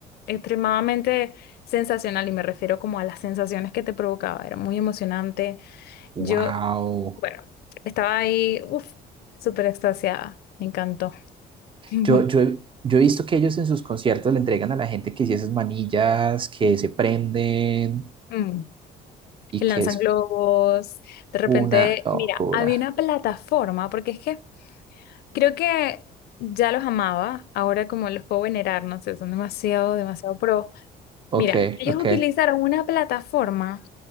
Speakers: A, on the left; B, on the right.
A: extremadamente sensacional y me refiero como a las sensaciones que te provocaba, era muy emocionante.
B: Wow.
A: Yo, bueno, estaba ahí, uff, súper extasiada, me encantó. <laughs>
B: Yo, yo, he- yo he visto que ellos en sus conciertos le entregan a la gente que sí esas manillas que se prenden
A: Mm.
B: y
A: y lanzan
B: que es
A: globos. De repente,
B: una locura.
A: mira, había una plataforma, porque es que creo que ya los amaba, ahora como los puedo venerar, no sé, son demasiado, demasiado pro.
B: Ok,
A: Mira, ellos
B: ok.
A: utilizaron una plataforma